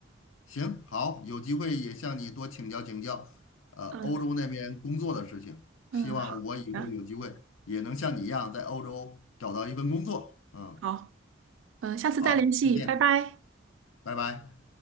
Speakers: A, on the left; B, on the right.
A: 行，好，有机会也向你多请教请教，呃，
B: 嗯
A: 欧洲那边工作的事情，
B: 嗯，
A: 希望我以后有机会也能像你一样在欧洲找到一份工作。
B: 好的，
A: 嗯，
B: 好，嗯，下次再联系，
A: 好，再见，
B: 拜拜。
A: 拜拜。